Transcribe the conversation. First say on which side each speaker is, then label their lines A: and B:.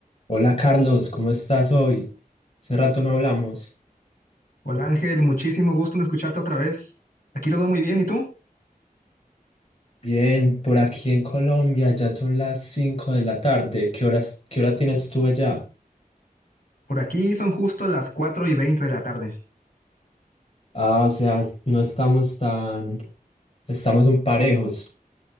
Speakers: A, on the left (about 45°); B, on the left (about 70°).
A: Hola Carlos, ¿cómo estás hoy? Hace rato no hablamos.
B: Hola Ángel, muchísimo gusto en escucharte otra vez. Aquí todo muy bien, ¿y tú?
A: Bien, por aquí en Colombia ya son las 5 de la tarde. ¿Qué horas, qué hora tienes tú allá?
B: Por aquí son justo las 4 y 20 de la tarde.
A: Ah, o sea, es- no estamos tan, estamos un parejos.